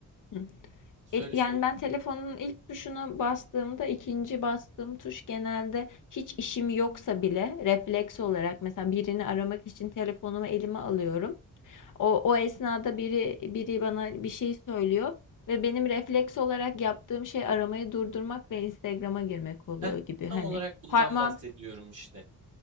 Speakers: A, on the left; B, on the right.
A: Hı.
B: Söyle
A: El- Yani
B: söyle.
A: ben telefonun ilk tuşuna bastığımda ikinci bastığım tuş genelde hiç işim yoksa bile refleks olarak mesela birini aramak için telefonumu elime alıyorum. O, o esnada biri biri bana bir şey söylüyor ve benim refleks olarak yaptığım şey aramayı durdurmak ve Instagram'a girmek oluyor
B: Heh,
A: gibi hani
B: tam olarak bundan
A: parmağım
B: bahsediyorum işte.